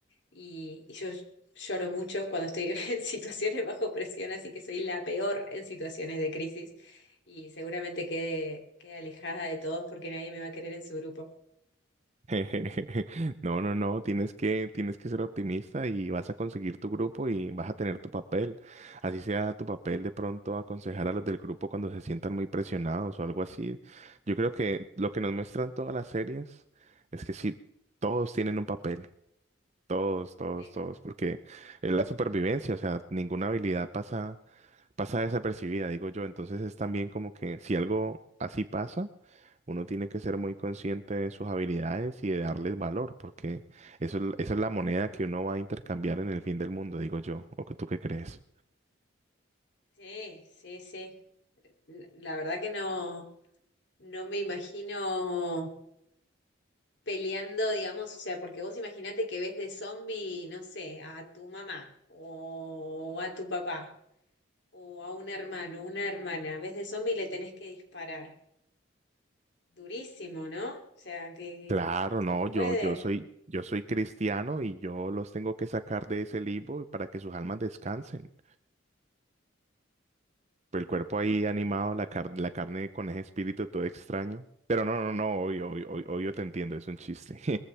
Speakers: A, on the left; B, on the right.
A: y, y yo lloro mucho cuando estoy <laughs> en situaciones bajo presión, así que soy la peor en situaciones de crisis y seguramente quede, quede alejada de todos porque nadie me va a querer en su grupo.
B: <laughs> No, no, no, tienes que, tienes que ser optimista y vas a conseguir tu grupo y vas a tener tu papel. Así sea tu papel de pronto aconsejar a los del grupo cuando se sientan muy presionados o algo así. Yo creo que lo que nos muestran todas las series es que sí, todos tienen un papel. Todos, todos,
A: Sí,
B: todos, porque es la supervivencia, o sea, ninguna habilidad pasa, pasa desapercibida, digo yo. Entonces es también como que si algo así pasa, uno tiene que ser muy consciente de sus habilidades y de darles valor, porque eso, es- esa es la moneda que uno va a intercambiar en el fin del mundo, digo yo. ¿O que tú qué crees?
A: sí, sí. sí. La la verdad que no, no me imagino. peleando, digamos, o sea, porque vos imaginate que ves de zombie, no sé, a tu mamá o a tu papá o a un hermano, una hermana, ves de zombie y le tenés que disparar. Durísimo, ¿no? O sea, que
B: Claro,
A: se
B: no,
A: puede.
B: yo, yo soy, yo soy cristiano y yo los tengo que sacar de ese limbo para que sus almas descansen. el
A: No,
B: cuerpo ahí
A: Claro.
B: animado, la car- la carne con ese espíritu todo extraño. Pero no, no, no, obvio, obvio, obvio, obvio te entiendo, es un chiste.